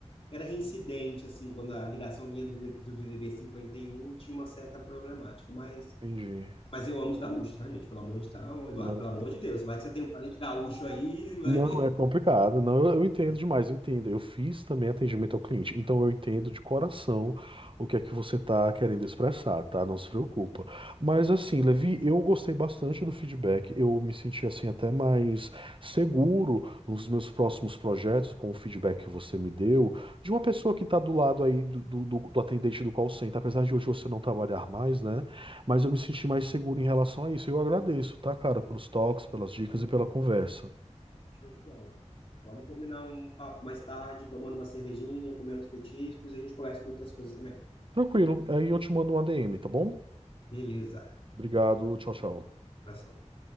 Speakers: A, on the left (about 50°); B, on the right (about 45°).
A: era reincidente assim, quando a ligação vinha do, do D D D 51 tinha uma certa problemática, mas
B: Entendi.
A: mas eu amo os gaúchos, tá, gente? Pelo amor de tal, Eduardo,
B: Não.
A: pelo amor de Deus, vai que você tem um parente gaúcho aí, vai.
B: Não, é complicado. Não, eu, eu entendo
A: <laughs>
B: demais, eu entendo. Eu fiz também atendimento ao cliente, então eu entendo de coração o que é que você está querendo expressar, tá? Não se preocupa. Mas assim, Levi, eu gostei bastante do feedback. Eu me senti assim até mais seguro nos meus próximos projetos com o feedback que você me deu de uma pessoa que está do lado aí do, do, do- do atendente do call center, apesar de hoje você não trabalhar mais, né? Mas eu me senti mais seguro em relação a isso. Eu agradeço, tá, cara, pelos toques,
A: Show
B: pelas
A: de
B: dicas
A: bola,
B: e pela conversa.
A: show de bola. Vamos combinar um papo mais tarde, tomando uma cervejinha, comendo uns petiscos e a gente conversa sobre outras coisas também.
B: Tranquilo. Aí eu te mando um ADM, tá bom?
A: Beleza,
B: Obrigado. Tchau, tchau.
A: abração.